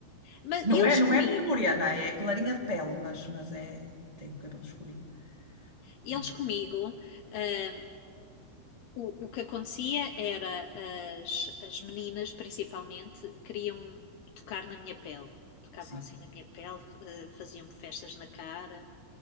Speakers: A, on the left; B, on the right.
A: Mas
B: Não
A: eles
B: é, não
A: comigo,
B: é muito morena, é clarinha de pele, mas, mas é, tem o cabelo escurinho.
A: eles
B: Hum,
A: comigo. hum, O, o que acontecia era as, as meninas, principalmente, queriam tocar na minha pele. Tocavam
B: Sim,
A: assim na minha pele, eh, faziam-me festas na cara,